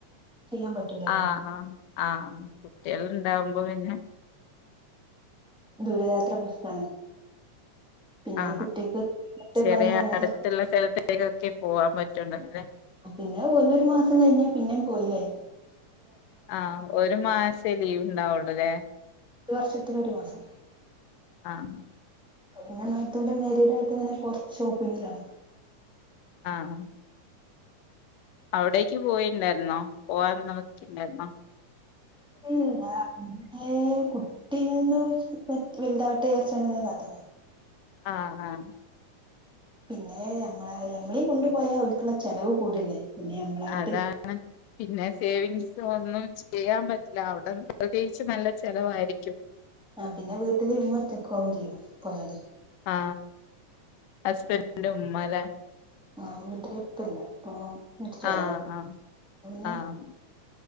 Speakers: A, in the centre; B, on the left (about 85°).
A: ചെയ്യാൻ പറ്റൂലല്ലോ
B: ആ് ആഹ് കുട്ടികൾ ഉണ്ടാവും അപ്പ പിന്നെ
A: ദൂരയാത്ര പ്രശനാണ് പിന്നെ
B: ആ
A: കുട്ടിക്ക് ട്ട്
B: ചെറിയ
A: പനി അങ്ങനത്തെ
B: അടുത്തുള്ള സ്ഥലത്തേക്കൊക്കെ പോവാൻ പറ്റുള്ളൂ അല്ലെ
A: പിന്നെ ഓരോരോ മാസം കഴിഞ്ഞാ പിന്നെയും പോവി ല്ലായിരുന്നു
B: ആഹ ഒരു മാസേ ലീവ് ഉണ്ടാവുള്ളുല്ലേ
A: ഒരു വർഷത്തി ഒരു മാസം
B: ആഹ്
A: പിന്നെ നാത്തൂന്റെ മേരിടായിട്ട് ഇങ്ങനെറ ഷോപ്പിങ്ങിലാണ്
B: ആഹ അവിടേക്ക് പോയിണ്ടായിരുന്നോ പോവാൻ നോക്കിുണ്ടായിുന്നോ
A: ഇല്ല അ കുട്ടിയന്ന് വലതാട്ട യർച്ചണ്ട്െ കാത്തത
B: ആ ആ
A: പിന്നെ ഞമ്മളെ ഞമ്മളീ കൊണ്ടു പോയാൽ ഓൽക്ക്ള്ള ചെലവ് കൂടല്ലേ പിന്നെ ഞമ്മളായിട്ട്
B: അതാണ് പിന്നെ സേവിങ്സ് ഒന്നും ചെയ്യാൻ പറ്റില്ല അവിട പ്രത്യേകിച്ച് നല്ല ചെലവായിരിക്കും
A: ആ പിന്നെ വീട്ടിൽ ഇമ്മ ഒറ്റക്കാവും ചെയ്യും പോയാല്
B: ആ ഹസ്ബൻഡ് ഉമ്മ ല്ലേ
A: ആ വീട്ടില് ഇപ്പ ഇല്ല ഇപ്പാ മര്ചോയത
B: ആഹ് ആഹ്
A: പിന്നെ
B: ആഹ്